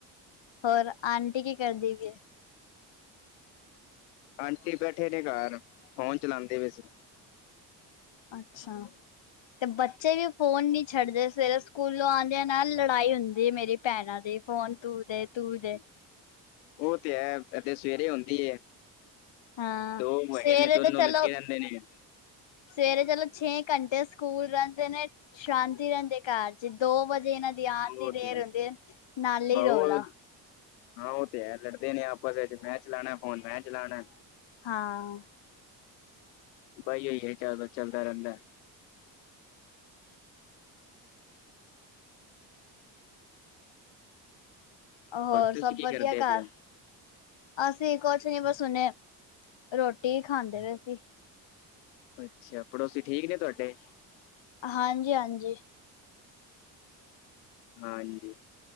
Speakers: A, on the left; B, on the left.
A: ਹੋਰ ਆਂਟੀ ਕੀ ਕਰਦੀ ਪੀ ਏ।
B: ਆਂਟੀ ਬੈਠੇ ਨੇ ਘਰ ਫੋਨ ਚਲਾਉਂਦੇ ਪੈ ਸੀ।
A: ਅੱਛਾ ਤੇ ਬੱਚੇ ਵੀ ਫੋਨ ਨੀ ਛੱਡਦੇ ਸਵੇਰੇ ਸਕੂਲੋਂ ਆਂਦਿਆਂ ਨਾਲ ਲੜਾਈ ਹੁੰਦੀ ਆ ਮੇਰੀ। ਭੈਣਾਂ ਦੇ ਫੋਨ ਤੂੰ ਦੇ ਤੂੰ ਦੇ
B: ਉਹ ਤੇ ਹੈ ਏ ਤੇ ਸਵੇਰੇ ਹੁੰਦੀ ਐ।
A: ਹਾਂ
B: ਦੋ <unintelligible>
A: ਸਵੇਰੇ
B: ਨੇ ਦੋਨੋਂ
A: ਤਾਂ ਚਲੋ
B: ਲੱਗੇ ਰਹਿੰਦੇ ਨੇ।
A: ਸਵੇਰੇ ਚਲੋ ਛੇ ਘੰਟੇ ਸਕੂਲ ਰਹਿੰਦੇ ਨੇ। ਸ਼ਾਂਤੀ ਰਹਿੰਦੇ ਘਰ ਚ ਦੋ ਵਜੇ ਇਹਨਾਂ ਦੀ ਆਣ ਦੀ
B: ਉਹ
A: ਦੇਰ
B: ਤੇ ਹੈ
A: ਹੁੰਦੀ ਐ ਨਾਲੇ
B: ਬਹੁ
A: ਰੌਲਾ
B: ਹਾਂ ਉਹ ਤੇ ਹੈ ਲੜਦੇ ਨੇ ਆਪਸ ਵਿੱਚ ਮੈਂ ਚਲਾਣਾ ਫੋਨ ਮੈਂ ਚਲਾਣਾ।
A: ਹਾਂ,
B: ਬਾਈ ਇਹੀ <unintelligible> ਚੱਲਦਾ ਰਹਿੰਦਾ।
A: ਹੋਰ ਸਭ
B: ਤੁਸੀਂ ਕੀ
A: ਵਧੀਆ
B: ਕਰਦੇ
A: ਘਰ
B: ਪਏ
A: ਅਸੀਂ ਕੁਛ ਨੀ ਬਸ ਹੁਣੇ ਰੋਟੀ ਈ ਖਾਂਦੇ ਪਏ ਸੀ।
B: ਅੱਛਾ ਪੜੋਸੀ ਠੀਕ ਨੇ ਤੁਹਾਡੇ।
A: ਹਾਂਜੀ-ਹਾਂਜੀ।
B: ਹਾਂ, ਹਾਂਜੀ